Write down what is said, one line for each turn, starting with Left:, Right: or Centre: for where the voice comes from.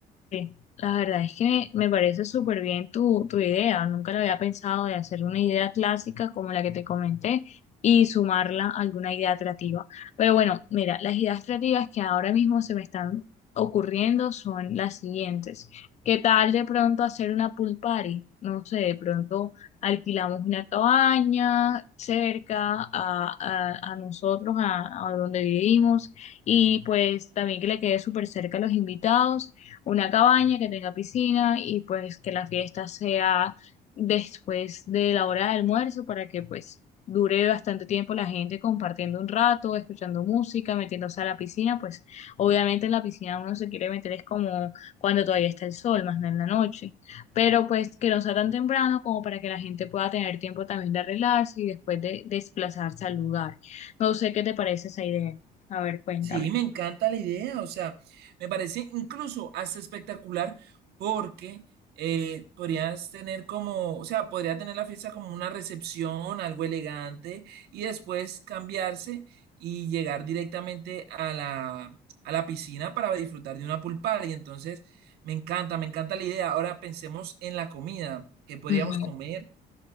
Left: Sí, la verdad es que me, me parece súper bien tu, tu idea. Nunca lo había pensado de hacer una idea clásica como la que te comenté y sumarla a alguna idea creativa. Pero bueno, mira, las ideas creativas que ahora mismo se me están ocurriendo son las siguientes. ¿Qué tal de pronto hacer una pool party? No sé, de pronto alquilamos una cabaña cerca a, a- a nosotros, a a donde vivimos, y pues también que le quede súper cerca a los invitados una cabaña que tenga piscina y pues que la fiesta sea después de la hora de almuerzo para que pues dure bastante tiempo la gente compartiendo un rato, escuchando música, metiéndose a la piscina, pues obviamente en la piscina uno se quiere meter es como cuando todavía está el sol, más no en la noche, pero pues que no sea tan temprano como para que la gente pueda tener tiempo también de arreglarse y después de desplazarse al lugar. No sé qué te parece esa idea. A ver, cuéntame.
Right: Sí, me encanta la idea, o sea, me parece incluso hasta espectacular porque eh, podrías tener como, o sea, podría tener la fiesta como una recepción, algo elegante, y después cambiarse y llegar directamente a la, a la piscina para disfrutar de una pool party. Entonces, me encanta, me encanta la idea. Ahora pensemos en la comida, ¿qué podríamos
Left: Ujú.
Right: comer?